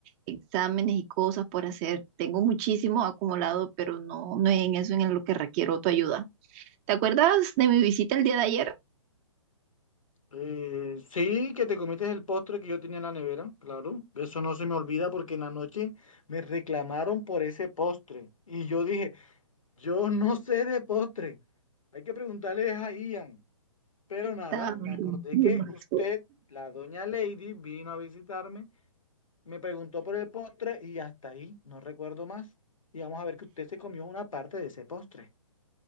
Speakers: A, on the right; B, on the left.
A: exámenes y cosas por hacer. Tengo muchísimo acumulado, pero no, no es en eso en lo que requiero tu ayuda. ¿Te acuerdas de mi visita el día de ayer?
B: Eh, sí, que te comiste el postre que yo tenía en la nevera, claro. Eso no se me olvida porque en la noche me reclamaron por ese postre. Y yo dije, yo no sé de postre. Hay que preguntarle a Ian. Pero nada,
A: Estaba
B: me
A: delicioso.
B: acordé que usted, la doña Lady, vino a visitarme Me preguntó por el postre y hasta ahí, no recuerdo más. Y vamos a ver que usted se comió una parte de ese postre.